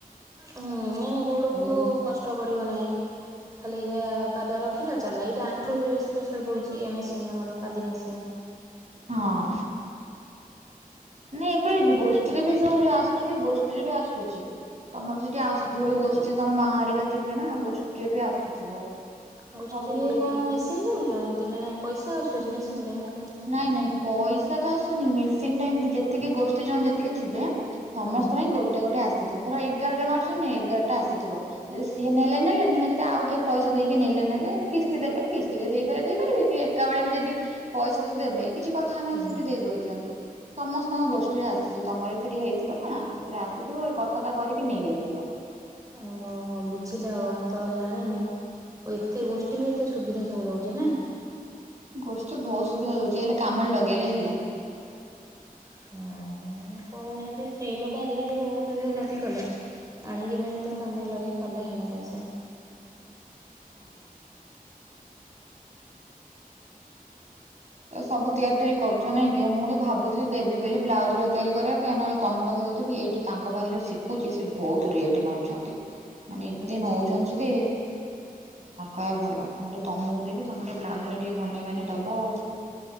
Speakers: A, on the right; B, on the right.
A: ହୁଁ ମେନ୍ ଗୋଡ଼କୁ
B: ମାନେ
A: କଷ୍ଟ ପଡ଼ିବ ନାହିଁ। ଖାଲି ଯାହା ପାଦ ରଖିଲ ଚାଲିଲା। ଏଇଟା ଆଣ୍ଠୁ ଓପରେ ବେଶି ପ୍ରେସର ପଡ଼ୁଚି ଏ ମେସିନି ଆମର ପାଦି ମେସିନି।
B: ହଁ। ନାଇଁ ଏବେ ଗୋଷ୍ଠୀରେ ବି ସବୁ ଯୋଉ ଆସୁଚି ଗୋଷ୍ଠୀରେ ବି ଆସୁଚି। ତମର ସେଠି ଆସୁଥୁବ ବି ଗୋଷ୍ଠୀ ତମ ମା ହରିକା ଥିବେ ନା ଗୋଷ୍ଠୀ ବି ଆସୁଥିବ।
A: ଗୋଷ୍ଠୀରେ
B: ସବୁ ଗୋଷ୍ଠୀ
A: କଣ
B: କି
A: ମେସିନ୍ ଦୋଉଚନ୍ତି ମାନେ ପଇସା ଆସୁଚି ମେସିନ୍ ପାଇଁ ନାଁ
B: ନାଇଁ ନାଇଁ ପଇସା ତ ଆସୁନି ମେସିନ୍ ଟା ଏମତି ଯେତିକି ଗୋଷ୍ଠୀ ଜଣ ଯେତିକି ଥିବେ ସମସ୍ତ
A: ହୁଁ
B: ପାଇଁ ଗୋଟେ ଗୋଟେ ଆସିଥିବ ଧର ଏଗାର ଜଣ ଅଛନ୍ତି ନାଁ ଏଗାରଟା ଆସିଥିବ। ଯେଦି ସିଏ ନେଲେ ନେଲେ ନହେଲେ ଯେଦି ଆଉ କିଏ ପଇସା ଦେଇକି ନେଲେ ନେଲେ କିସ୍ତି ଦେବେ କିସ୍ତି ଯିଏ ଦେଇପାରିବେ ଦେଇପାରିବେ କି କା ବେଳେ ବି ଯେଦି ପଇସା ଯେଦି ଦେବେ କିଛି କଥା ନାହିଁ
A: ହୁଁ।
B: ସେମତି ଦେଇ ଦୋଉଚନ୍ତି। ସମସ୍ତଙ୍କ ଗୋଷ୍ଠୀରେ ଆସିଚି ତମର ବି ସେଠି ହେଇଥିବ ନା ସେଥିରେ ଆସିଥିବ ଏ କଥାବାର୍ତ୍ତା କରିକି ନେଇ ଆସିବ।
A: ଓହୋ ହୋ ବୁଝିଲେ ହବ ମୁଁ ତ ଆଉ ଜାଣିନି। ଓ ଏତେ ଗୋଷ୍ଠୀ ବି ଏତେ ସୁବିଧା ସବୁ ଦଉଚି, ନା?
B: ଗୋଷ୍ଠୀ ଭୋଉତ୍ ସୁବିଧା ଦୋଉଚି ହେଲେ କାମରେ ଲଗେଇଲେ ହେଲା।
A: ହଁ ଏମାନେ କୋହୁନାହାନ୍ତି ସ୍ତ୍ରୀ ଲୋକ ଆଜିକାଲି ବୋହୁତ ବି ଉନ୍ନତି କଲେଣି। ଆଣିକି ମେନ ତାକୁ କାମରେ ଲଗେଇକି କଲେ ହେଲା ପଇସା।
B: ହଁ ତ ସବୁ ତିଆରିତିଆରି କରୁଛ ନାଇଁ ଗିଅ ମୁଁ ଟିକେ ଭାବୁଥିଲି ଦେବି ବୋଲି ବ୍ଲାଉଜ ରା ତିଆରି କରିବା ପାଇଁ ନହେଲେ ତମ ପାଖରେ ଯଦି ବିି ଏଇ ଯୋଉ ତାଙ୍କ ପାଖେ ଯୋଉ ଶିଖୁଛି ସେ ବହୁତ ରେଟ୍ ନଉଛନ୍ତି। ମାନେ ଏତେ
A: ଆଚ୍ଛା।
B: ନଉଛନ୍ତି ଯଦି ନ କହିବା ଭଲ ମୁଁ ଟିକେ ତମକୁ ଦେବି ତମେ ଟିକେ ବ୍ଲାଉଜ ଉରା ଟିକେ ବନେଇ ବାନେଇ ଦବ ଆଉ।